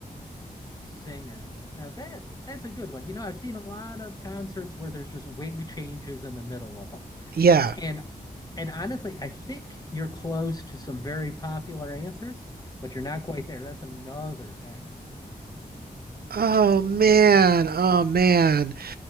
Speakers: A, on the left; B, on the right.
A: <laughs> Singer. Now that that's a good one. You know, I've seen a lot of concerts where there's just wig changes in the middle of them.
B: Yeah.
A: And and honestly, I think you're close to some very popular answers, but you're not quite there. That's another X.
B: Oh man. Oh man.